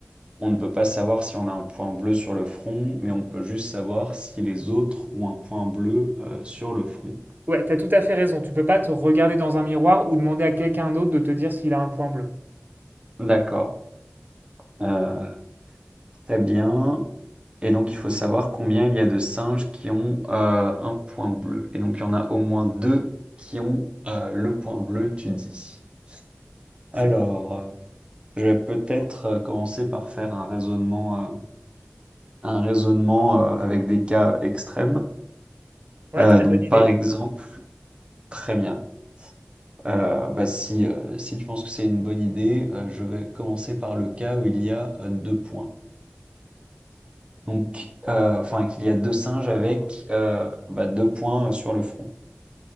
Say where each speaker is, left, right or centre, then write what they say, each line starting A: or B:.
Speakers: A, on the right (about 25°); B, on the right (about 50°).
A: on ne peut pas savoir si on a un point bleu sur le front, mais on peut juste savoir si les autres ont un point bleu euh, sur le front.
B: Ouais, t'as tout à fait raison, tu peux pas te regarder dans un miroir ou demander à quelqu'un d'autre de te dire s'il a un point bleu.
A: D'accord. Euh, Très bien. Et donc, il faut savoir combien il y a de singes qui ont euh, un point bleu. Et donc, il y en a au moins deux qui ont euh, le point bleu, tu dis. Alors,
B: C'est ça.
A: euh, je vais peut-être euh, commencer par faire un raisonnement, euh, un raisonnement euh, avec des cas euh, extrêmes.
B: Ouais,
A: Euh,
B: très
A: donc,
B: bonne idée.
A: par exemple, très bien. Euh, bah si, euh, si tu penses que c'est une bonne idée, euh, je vais commencer par le cas où il y a euh, deux points. Donc, euh, enfin, qu'il y a deux singes avec euh, bah, deux points euh, sur le front.